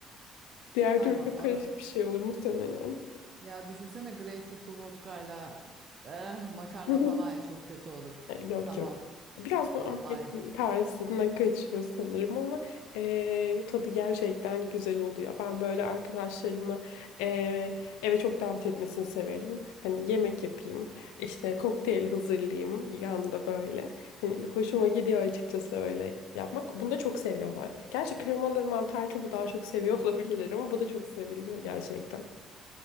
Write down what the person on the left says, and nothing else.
<laughs> Diğer
türlü çok
karışık bir şey olur muhtemelen.
<laughs>
Yok
yok. Biraz bu
Amerikan
tarzına kaçıyor sanırım ama eee, tadı gerçekten güzel oluyor. Ben böyle arkadaşlarımı eee, eve çok davet etmesini severim. Hani yemek yapayım, işte kokteyl hazırlayayım yanında böyle. Hani hoşuma gidiyor açıkçası öyle yapmak. Bunu da çok seviyorlar. Gerçi kremalı mantar tavuğu daha çok seviyor <laughs> olabilirler ama bu da çok seviliyor gerçekten.